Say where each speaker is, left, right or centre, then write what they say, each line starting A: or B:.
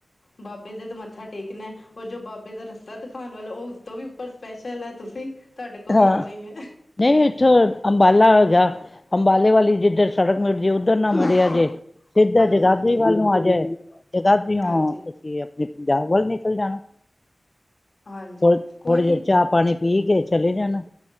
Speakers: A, on the left; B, on the left.
A: ਬਾਬੇ ਦੇ ਤੇ ਮੱਥਾ ਟੇਕਣਾ, ਉਹ ਜੋ ਬਾਬੇ ਦਾ ਰਸਤਾ ਦਿਖਾਉਣ ਵਾਲਾ ਉਹ ਉਸ ਤੋਂ ਵੀ। ਪਰ ਸਪੈਸ਼ਲ ਹੈ, ਤੁਸੀਂ ਤੁਹਾਡੇ ਕੋਲ
B: ਹਾਂ
A: ਵੀ ਆਉਣਾ ਹੀ ਹੈ।
B: ਨਹੀਂ, ਇੱਥੋਂ ਅੰਬਾਲਾ ਜਾ ਅੰਬਾਲੇ ਵਾਲੀ ਜਿੱਧਰ ਸੜਕ ਮਿਲ ਜੇ ਉੱਧਰ ਨਾ ਮਿਲਿਆ ਜੇ। ਸਿੱਧਾ
A: ਹਾਂਜੀ
B: ਜਗਾਦਰੀ
A: ਹਾਂਜੀ
B: ਵੱਲ ਨੂੰ ਆਜਏ ਜਗਾਦਰੀ ਹੋ।
A: ਹਾਂਜੀ
B: ਆਪਣੇ ਪੰਜਾਬ ਵੱਲ ਨਿਕਲ ਜਾਣਾ
A: ਹਾਂਜੀ
B: ਥੋੜ- ਥੋੜੇ
A: ਕੋਈ ਨਹੀਂ
B: ਜਰ ਚਾਹ ਪਾਣੀ <inaudible> ਠੀਕ ਐ ਚਲੇ ਜਾਣਾ।